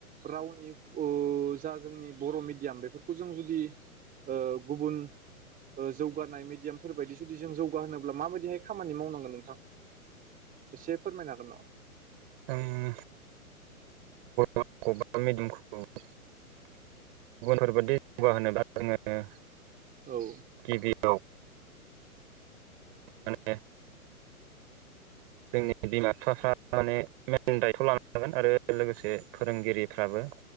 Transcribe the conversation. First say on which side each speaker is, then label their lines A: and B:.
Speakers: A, on the right; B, on the right.
A: राव नि ओ जा जोंनि बर' मिडियाम बेफोरखौ जों जुदि ओ गुबुन ओ जौगानाय मिडियामफोर बायदि जुदि जों जौगा होनोब्ला माबायदिहाय खामानि मावनांगोन नोंथां इसे फोरमायनो हागोन नामा
B: उम <unintelligible> गुबुनफोरबादि जौगाहोनोब्ला जोङो
A: औ औ
B: गिबियाव
A: <inaudible>
B: माने जोंनि बिमा -फिफाफ्रा माने मेन दायथ' लानो हागोन आरो लोगोसे फोरोंगिरिफ्राबो